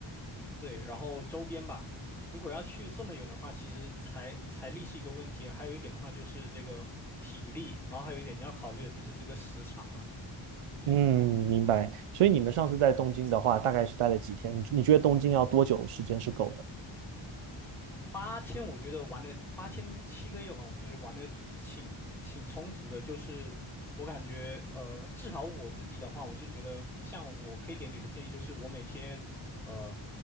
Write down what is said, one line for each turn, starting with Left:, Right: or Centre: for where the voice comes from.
Centre: 对，然后周边吧。如果要去这么远的话，其实财财力是一个问题，还有一点的话就是这个体力，然后还有一点你要考虑的就是这个时长嘛，对。
Right: 嗯，明白。所以你们上次在东京的话，大概是待了几天？你你觉得东京要多久时间是够的？
Centre: 八天我觉得玩了八天七个夜晚，我觉得玩的挺挺充足的。就是我感觉，呃，至少我自己的话，我是觉得，像我可以给你的建议就是，我每天，呃，